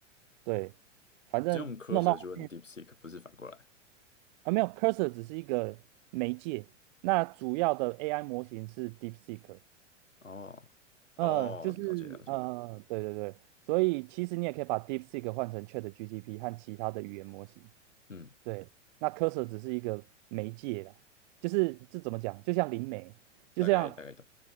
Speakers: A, on the right; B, on the left.
A: 对，反正弄到后面
B: 只用 cursor 就用 DeepSeek，不是反过来。
A: 啊，没有 Cursor 只是一个媒介，那主要的 AI 模型是 DeepSeek。
B: 哦哦，
A: 呃，就是呃，
B: 了解了解，
A: 对对对，所以其实你也可以把 DeepSeek 换成 ChatGPT 和其他的语言模型。
B: 嗯，
A: 对，那 Cursor 只是一个媒介啦，就是这怎么讲？就像灵媒，就像
B: 大概大概懂。